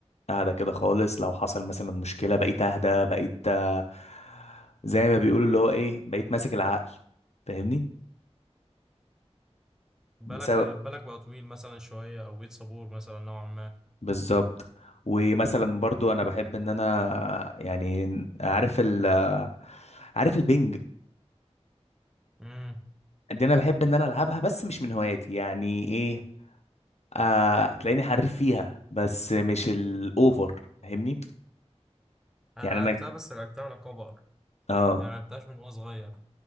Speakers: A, on the left (about 70°); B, in the centre.
A: اهدى كده خالص لو حصل مثلا مشكلة بقيت اهدى بقيت آه، زي ما بيقولوا اللي هو ايه بقيت ماسك العقل فاهمني
B: بالك
A: بسبب
B: آه، بالك بقى طويل مثلا شوية أو بيت صبور مثلا نوعا ما
A: بالظبط ومثلا برضو انا بحب ان انا يعني عارف ال عارف البنج
B: امم
A: دي انا بحب ان انا العبها بس مش من هواياتي يعني ايه آه هتلاقيني حريف فيها بس مش الاوفر فاهمني
B: أنا
A: يعني
B: لعبتها
A: انا
B: بس لعبتها على كبر
A: اه
B: يعني ما لعبتهاش من وأنا صغير